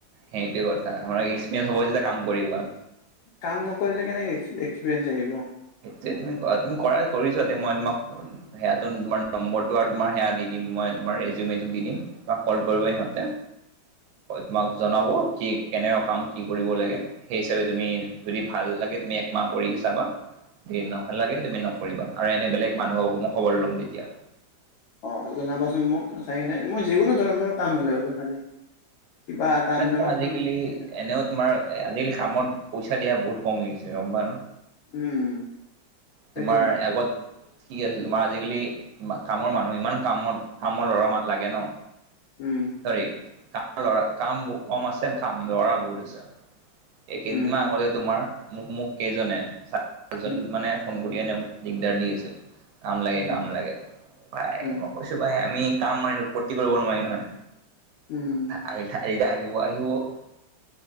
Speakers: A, on the right (about 85°); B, on the left (about 80°).
A: সেইটোৱে কথা, আমাৰ এক্সপিৰিয়েঞ্চ হ'ব যেতিয়া কাম কৰিব।
B: কাম নকৰিলে কেনেকে এক্সপিৰিয়েঞ্চ আহিব?
A: সেইটোয়ে তুমি তুমি কৰা কৰি চোৱা তেতিয়া মই তোমাক- সেয়া তোমাৰ নম্বৰটো আৰু তোমাৰ সেয়া দি দিম মই তোমাৰ ৰেজিমেনটো দি দিম। তোমাক কল কৰিব সিহঁতে। তোমাক জনাব কি- কেনেকা কাম, কি কৰিব লাগে, সেই হিচাপে তুমি যদি ভাল লাগে তুমি একমাহ কৰি চাবা। <unintelligible> তুমি নকৰিবা। আৰু এনে বেলেগ মানুহ মই খবৰ ল'ম তেতিয়া।
B: অ' জনাবাচোন মোক চাই কিনে, মই যিকোনো ধৰণৰ কাম হলে হল খালি। কিবা তাৰমানে
A: এনে তোমাৰ
B: অলপ-
A: আজিকালি এনেও তোমাৰ আজিকালি কামত পইচা দিয়া বহুত কমি গৈছে গম পোৱা ন!
B: উম। সেইটো
A: তোমাৰ
B: হয়
A: আগত- ঠিক আছিল, তোমাৰ আজিকালি কামৰ মানুহ ইমান কামত কামৰ ল'ৰা মানুহ লাগে ন'।
B: উম।
A: চৰি। কাম লৰা কাম কম আছে, কাম লৰা বহুত আছে। এই কেইদিন
B: উম
A: মান আগতে তোমাৰ মোক মোক কেইজনে চা-জন
B: উম
A: মানে, ফোন কৰি এনেও দিগদাৰ দি আছিল, কাম লাগে
B: উম
A: কাম লাগে। পাই
B: উম
A: মই কৈছো পাই আমি- কাম মানি পত্তি কৰিব নোৱাৰি নহয়।
B: উম।
A: আহি আহ আহিব আহিব। <unintelligible>